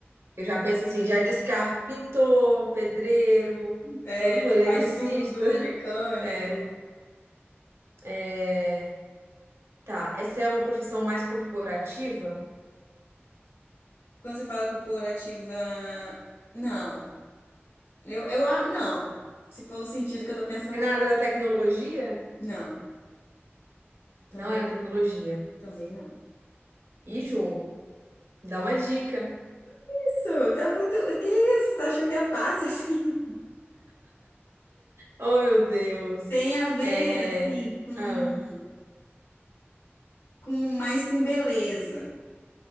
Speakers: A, on the right; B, on the left.
A: Eu já penso assim, já descarto pintor, pedreiro,
B: É,
A: todo mundo, eletricista.
B: faz tudo, mecânico.
A: É, é, tá, essa é uma profissão mais corporativa?
B: Quando você fala corporativa, não. Eu, eu, a- não. Se for o sentido que eu tô pensando,
A: É na área da tecnologia?
B: não. Não. Também,
A: Não é na tecnologia.
B: também não.
A: E jogo, dá uma dica.
B: Isso, tá muito. Que isso? Tá achando que é fácil assim?
A: Oh, meu Deus.
B: <laughs> Tem a ver,
A: É,
B: assim, com,
A: ah,
B: com mais com beleza.